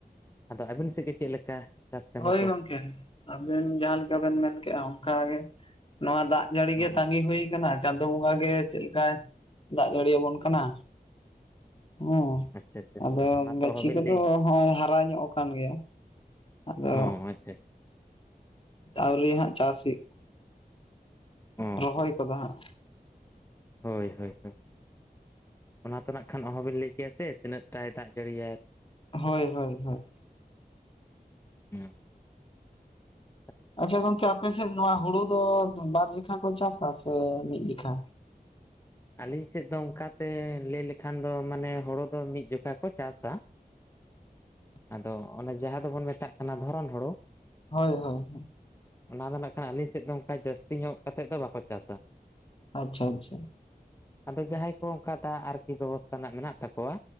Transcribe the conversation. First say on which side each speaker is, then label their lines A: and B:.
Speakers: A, on the left (about 15°); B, on the left (about 35°).
A: ᱟᱫᱚ ᱟᱹᱵᱤᱱ ᱥᱮᱫ ᱜᱮ ᱪᱮᱫ ᱞᱮᱠᱟ? ᱪᱟᱥ ᱠᱟᱹᱢᱤ
B: ᱦᱳᱭ
A: ᱠᱚ?
B: ᱜᱚᱝᱠᱮ, ᱟᱵᱮᱱ ᱡᱟᱦᱟᱸ ᱞᱮᱠᱟᱵᱮᱱ ᱢᱮᱱ ᱠᱮᱜᱼᱟ ᱚᱱᱠᱟ ᱜᱮ᱾ ᱱᱚᱣᱟ ᱫᱟᱜ ᱡᱟᱹᱲᱤ ᱜᱮ
A: ᱚ
B: ᱛᱟᱸᱜᱤ ᱦᱳᱭ ᱠᱟᱱᱟ ᱪᱟᱸᱫᱳ ᱵᱚᱸᱜᱟ ᱜᱮ ᱪᱮᱫ ᱞᱮᱠᱟᱭ ᱫᱟᱜ ᱡᱟᱹᱲᱤ ᱟᱵᱚᱱ ᱠᱟᱱᱟ᱾ ᱦᱚᱸ
A: ᱟᱪᱪᱷᱟ ᱟᱪᱪᱷᱟ
B: ᱟᱫᱚ
A: ᱦᱳᱭ ᱚᱱᱟ
B: ᱜᱟᱹᱪᱷᱤ
A: ᱛᱚ ᱚᱦᱚᱵᱤᱱ
B: ᱠᱚᱫᱚ
A: ᱞᱟᱹᱭ
B: ᱦᱚᱸᱜ-ᱚᱭ ᱦᱟᱨᱟ ᱧᱚᱜ ᱠᱟᱱ ᱜᱮᱭᱟ᱾ ᱟᱫᱚ
A: ᱚ ᱟᱪᱪᱷᱟ
B: ᱟᱹᱣᱨᱤ ᱦᱟᱸᱜ ᱪᱟᱥ ᱦᱩᱭᱩᱜ
A: ᱚ
B: ᱨᱚᱦᱚᱭ ᱠᱚᱫᱚ ᱦᱟᱸᱜ
A: ᱦᱳᱭᱻ ᱦᱳᱭᱻ ᱦᱳᱭᱻ᱾ ᱚᱱᱟ ᱛᱚ ᱱᱟᱜ ᱠᱷᱟᱱ ᱚᱦᱚᱵᱤᱱ ᱞᱟᱹᱭ ᱠᱮᱭᱟ ᱥᱮ, ᱛᱤᱱᱟᱹᱜ ᱴᱟᱭ ᱫᱟᱜ ᱡᱟᱹᱲᱤ ᱭᱟᱭ᱾
B: ᱦᱳᱭᱻ ᱦᱳᱭᱻ ᱦᱳᱭᱻ᱾
A: ᱦᱩᱸ ᱟᱪᱪᱷᱟ ᱟᱪᱪᱷᱟ <unintelligible>
B: ᱟᱪᱪᱷᱟ ᱜᱚᱝᱠᱮ ᱟᱯᱮᱥᱮᱫ ᱱᱚᱣᱟ ᱦᱩᱲᱩ ᱫᱚ ᱵᱟᱨ ᱡᱚᱠᱷᱟ ᱠᱚ ᱪᱟᱥᱟ ᱥᱮ ᱢᱤᱫ ᱡᱚᱠᱷᱟ?
A: ᱟᱹᱞᱤᱧ ᱥᱮᱫ ᱫᱚ ᱚᱱᱠᱟᱛᱮ ᱞᱟᱹᱭ ᱞᱮᱠᱷᱟᱱ ᱫᱚ ᱢᱟᱱᱮ ᱦᱳᱲᱳ ᱫᱚ, ᱢᱤᱫ ᱡᱚᱠᱷᱟ ᱠᱚ ᱪᱟᱥᱟ᱾
B: <inaudible>
A: ᱟᱫᱚ ᱚᱱᱮ ᱡᱟᱦᱟᱸ ᱫᱚᱵᱚᱱ ᱢᱮᱛᱟᱜ ᱠᱟᱱᱟ ᱫᱷᱚᱨᱚᱱ ᱦᱳᱲᱳ᱾
B: ᱦᱳᱭᱻ ᱦᱳᱭᱻ᱾
A: ᱚᱱᱟ ᱫᱚ ᱱᱟᱜ ᱠᱷᱟᱱ ᱟᱞᱤᱧ ᱥᱮᱜ ᱫᱚ, ᱚᱱᱠᱟ ᱡᱟᱹᱥᱛᱤ ᱧᱚᱜ ᱠᱟᱛᱮᱫ ᱫᱚ ᱵᱟᱠᱚ ᱪᱟᱥᱟ᱾
B: ᱟᱪᱪᱷᱟᱻ ᱟᱪᱪᱷᱟᱻ᱾
A: ᱟᱫᱚ ᱡᱟᱦᱟᱸᱭ ᱠᱚ ᱚᱱᱠᱟ ᱫᱟᱜ ᱟᱨᱠᱤ ᱵᱮᱵᱚᱥᱛᱷᱟ ᱨᱮᱱᱟᱜ ᱢᱮᱱᱟᱜ ᱛᱟᱠᱚᱣᱟ